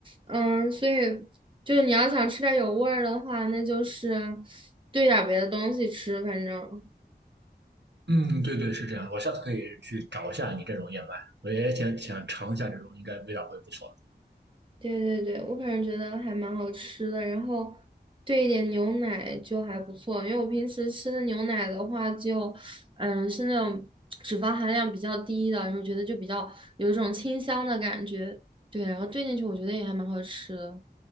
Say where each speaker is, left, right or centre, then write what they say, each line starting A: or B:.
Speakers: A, on the right (about 30°); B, on the right (about 80°).
A: 嗯，所以就是你要想吃点有味儿的话，那就是兑点儿别的东西吃，反正。
B: 嗯，对对，是这样的，我下次可以去找一下你这种燕麦，我也想想尝一下这种，应该味道会不错。
A: 对对对，我反正觉得还蛮好吃的，然后兑一点牛奶就还不错，因为我平时吃的牛奶的话就，嗯，是那种脂肪含量比较低的，然后觉得就比较有一种清香的感觉，对，然后兑进去我觉得也还蛮好吃的。